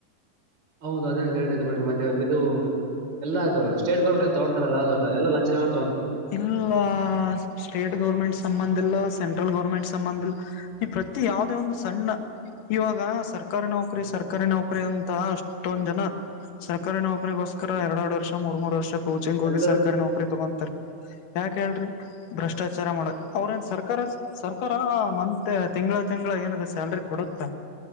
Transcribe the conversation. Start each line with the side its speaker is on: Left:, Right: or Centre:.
Right: ಹೌದು ಅದೇನು ಕರೆಕ್ಟ್ ಐತಿ ಬಿಡ್ರಿ ಮತ್ತೆ ಇದು ಎಲ್ಲಾದು ಸ್ಟೇಟ್ ಗೌರ್ಮೆಂಟ್ ಎಲ್ಲ ತಗೊತಾರಲ್ಲ. ಎಲ್ಲ ಲಂಚದ ಮೇಲ.
Left: ಇಲ್ಲ ಸ್ಟೇಟ್ ಗೌರ್ಮೆಂಟ್ ಸಂಬಂಧ ಇಲ್ಲ ಸೆಂಟ್. ಸೆಂಟ್ರಲ್ ಗೌರ್ಮೆಂಟ್ ಸಂಬಂಧ ಇಲ್ಲ ಈ ಪ್ರತಿ ಯಾವದೇ ಒಂದು ಸಣ್ಣ. ಇವಾಗ ಸರ್ಕಾರಿ ನೌಕರಿ ಸರ್ಕಾರಿ ನೌಕರಿ ಅಂತ ಅಷ್ಟೊಂದ ಜನ. ಸರ್ಕಾರಿ ನೌಕರಿಗೋಸ್ಕರ ಎರಡು ಎರಡು ವರ್ಷ ಮೂರ ಮೂರು ವರ್ಷ. ಕೋಚಿಂಗ್ ಹೋಗಿ
Right: ಎಲ್ಲರ
Left: ಸರ್ಕಾರಿ ನೌಕರಿ ತಗೊಂತಾರ ಯಾಕ ಹೇಳ್ರಿ. ಭ್ರಷ್ಟಾಚಾರ ಮಾಡಕ್ ಅವ್ರ ಏನ್ ಸರ್ಕಾರ ಸರ್ಕಾರ ಮಂತೆ. ತಿಂಗಳ ತಿಂಗಳ ಏನದ ಸ್ಯಾಲ್ರಿ ಕೊಡುತ್ತಾ.